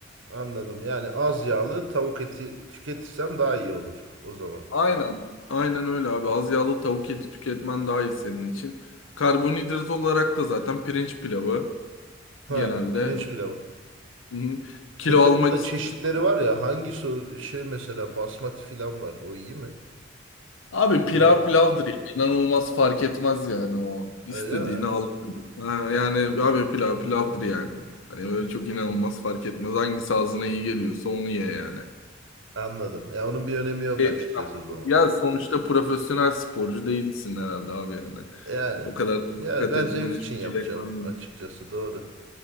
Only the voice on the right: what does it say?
anladım. Yani az yağlı tavuk eti tüketirsem daha iyi olur o zaman.
Ha,
pirinç pilavı.
Peki
onun da
çeşitleri var ya hangisi o şey mesela basmati falan var. O iyi mi?
Biliyorum.
Öyle mi?
Anladım. Ya onun bir önemi yok
açıkçası o zaman.
Yani.
Ya
ben
zevk için
yapacağım
açıkçası doğru.